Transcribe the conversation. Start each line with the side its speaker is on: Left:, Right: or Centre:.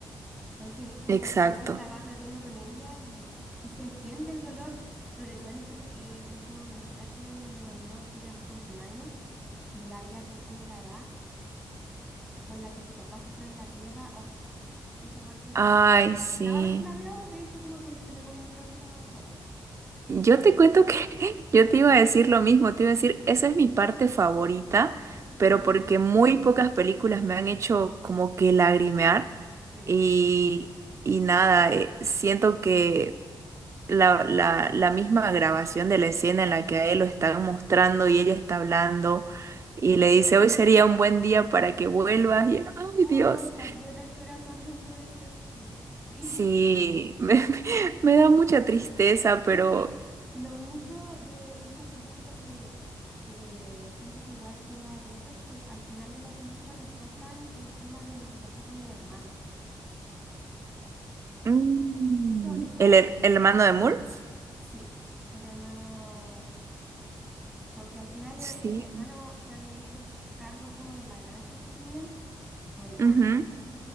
Centre: Entonces es como
Right: Exacto.
Centre: que uno la va perdiendo con ella y, y- y se entiende el dolor, sobre todo en ese eh, último mensaje donde le mandó que era su cumpleaños y había cumplido la edad con la que su papá se fue de la tierra. Oh, esa parte toda.
Right: Ay, sí.
Centre: Cada vez que la veo, de hecho, como que se me ponen llorosos los ojos.
Right: Yo te cuento que <laughs> yo te iba a decir lo mismo, te iba a decir, esa es mi parte favorita,
Centre: Sí,
Right: pero porque muy pocas películas me han hecho como que lagrimear
Centre: sí.
Right: y, y nada, eh, siento que la, la, la misma grabación de la escena en la que a él lo están mostrando y ella está hablando y le
Centre: Sí.
Right: dice, hoy sería un buen día para que vuelvas y, ay,
Centre: Ay,
Right: Dios.
Centre: se aprieta el corazón dentro del pecho. <laughs> Sí.
Right: Sí, me, <laughs> me da mucha tristeza,
Centre: Creo
Right: pero...
Centre: que lo único de esa película que eh, siento que igual quedó abierto es que al final de la película no tocan el tema de lo que pasó con el hermano.
Right: Mm,
Centre: Y eso, eso
Right: ¿El, her- el hermano de Murph?
Centre: sí, el hermano, porque al final
Right: Sí.
Centre: eh, el hermano se había hecho cargo como de la granja que tenían, o el rancho,
Right: Ujú.